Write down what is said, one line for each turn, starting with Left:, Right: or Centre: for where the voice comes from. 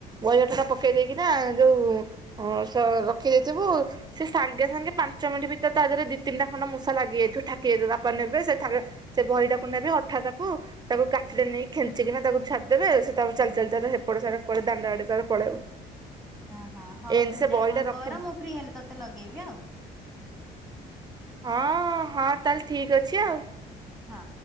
Right: ବହି ଅଠାଟା ପକେଇ ଦେଇକିନା ଯୋଉ ରଖି ଦେଇଥିବୁ। ସେ ସାଙ୍ଗେ ସାଙ୍ଗେ ପାଞ୍ଚ ମିନିଟ ଭିତରେ ତା ଦେହରେ ଦି ତିନିଟା ଖଣ୍ଡ ମୂଷା ଲାଗି ଯାଇଥିବ ଠାକିଯାଇଥିବ ବାପା ନେବେ ସେ ସେ ବହିଟାକୁ ନେବେ ଅଠାଟାକୁ। ତାକୁ କାଠିରେ ନେଇକି ଖେଞ୍ଚିକିନା ତାକୁ ଛାଡିଦେବେ ସେ ତା ପରେ ଚାଲି ଚାଲି ତାର ହେପଟ ସାରା ଦାଣ୍ଡ ଆଡେ ତାର ପଳେଇବ।
Centre: ହ ହ ହଉ
Right: ଏମିତି
Centre: ତୁ
Right: ସେ
Centre: ଯାହା
Right: ବହିଟା
Centre: କଣ କର
Right: ରଖି
Centre: ମୁଁ ଫ୍ରି ହେଲେ ତୋତେ ଲଗେଇବି ଆଉ।
Right: ହଁ ହଁ ତାହେଲେ ଠିକ ଅଛି ଆଉ।
Centre: ହଁ,